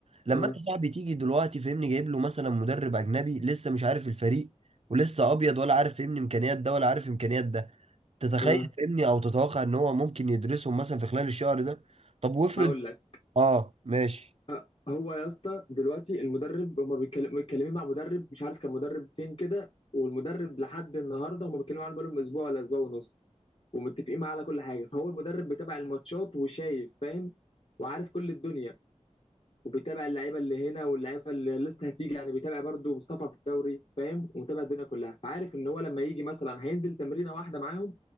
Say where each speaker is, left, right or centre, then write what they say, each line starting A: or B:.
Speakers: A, on the right; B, on the left.
A: لما
B: اه
A: انت صاحبي تيجي دلوقتي فاهمني جايب له مثلا مدرب اجنبي لسه مش عارف الفريق ولسه ابيض ولا عارف فاهمني امكانيات ده ولا عارف امكانيات ده تتخيل
B: اه
A: فاهمني او تتوقع ان هو ممكن يدرسهم مثلا في خلال الشهر ده طب وافرض
B: هقول لك
A: اه ماشي
B: آه، هو يا اسطى دلوقتي المدرب هما بيتكلم- متكلمين مع مدرب مش عارف كان مدرب فين كده والمدرب لحد النهارده هما بيتكلموا عنه بقالهم اسبوع ولا اسبوع ونص ومتفقين معاه على كل حاجه فهو المدرب بيتابع الماتشات وشايف فاهم وعارف كل الدنيا وبيتابع اللعيبه اللي هنا واللعيبه اللي لسه هتيجي يعني بيتابع برضو مصطفى في الدوري فاهم ومتابع الدنيا كلها فعارف ان هو لما يجي مثلا هينزل تمرينه واحده معاهم